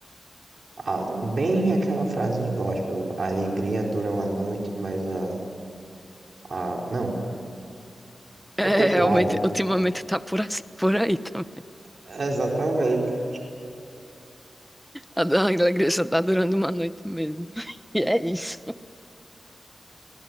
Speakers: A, on the right; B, in the centre.
A: a- bem aquela frase gospel: a alegria dura uma noite, mas a. a... Não, ao
B: É,
A: contrário.
B: realmente, ultimamente tá por, assim, por aí também.
A: Exatamente.
B: A da alegria só tá durando uma noite mesmo. <laughs> E é isso.